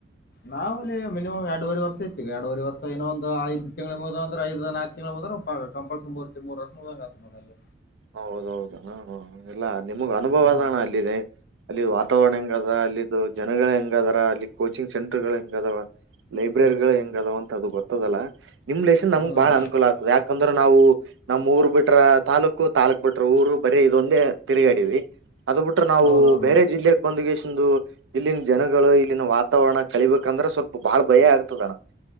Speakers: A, on the left; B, on the right.
A: ನಾವಲ್ಲಿ ಮಿನಿಮಮ್ ಎರಡುವರೆ ವರ್ಷ ಇರ್ತವಿ ಎರಡವರೆ ವರ್ಷ ಇನ್ನೊಂದು ಐದ್ ತಿಂಗಳ ಮುಗ್ಧವ ಬಂದ್ರೆ ಐದ್ ನಾಕ ತಿಂಗಳು ಮುಂದ್ರ್ ಹ ಕಂಪಲ್ಸ ಮೂರ್ತ್ತ ಮೂರುರ್ಷ ಮುದ್ದಂಗ್ ಆಗ್ತೈತೆ ನೋಡು ಅಲ್ಲಿ.
B: ಹೌದೌದು ಹ ಎಲ್ಲಾ ನಿಮಗ್
A: ಹ್ಮ್
B: ಅನುಭವ ಅದಣ ಅಲ್ಲಿದೆ. ಅಲ್ಲಿದು ವಾತಾವರಣ ಹೆಂಗದ ಅಲ್ಲಿದು ಜನಗಳ ಹೆಂಗ ಅದಾರ ಅಲ್ಲಿ. ಕೋಚಿಂಗ್ ಸೆಂಟರ್ ಗಳು ಹೆಂಗದಾವ ಲೈಬ್ರರಿ ಗಳು ಹೆಂಗ ಅದಾವ ಅಂತ ಅದು ಗೊತ್ತ ದಲ್ಲ ನಿಮ್ ಲನ್ ನಮ್ಗ್
A: ಹ್ಮ್
B: ಬಾಳ ಅನುಕೂಲ ಆಗ್ತದೆ ಯಾಕಂದ್ರೆ ನಾವು ನಮ್ಮ ಊರ್ ಬಿಟ್ರ ತಾಲೂಕ ತಾಲೂಕ್ ಬಿಟರು ಊರು ಬರೇ ಇದೊಂದೇ ತಿರುಗಾಡಿ ಇವಿ ಅದು ಬಿಟ್ರೆ ನಾವು
A: ಹೌದೌದು
B: ಬೇರೆ ಜಿಲ್ಲೆ ಬಂದುಗೆಸಂದು ಇಲ್ಲಿನ್ ಜನಗಳು ಇಲ್ಲಿನ ವಾತಾವರಣ ಕಳಬೇಕಂದ್ರೆ ಸ್ವಲ್ಪ ಬಾಳ್ ಭಯ ಆಗ್ತದನ